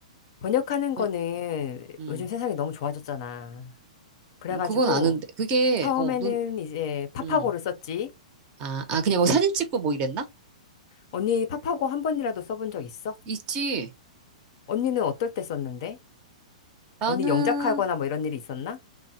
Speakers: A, on the left; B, on the right.
A: 번역하는 거는
B: 번- 음.
A: 요즘 세상이 너무 좋아졌잖아. 그래가지고,
B: 음, 그건 아는데. 그게,
A: 처음에는
B: 어, 넌,
A: 이제 파파고를
B: 음,
A: 썼지.
B: 아, 아, 그냥 뭐 사진 찍고 뭐 이랬나?
A: 언니 파파고 한 번이라도 써본 적 있어?
B: 있지.
A: 언니는 어떨 때 썼는데?
B: 나는
A: 언니 영작하거나 뭐 이런 일이 있었나?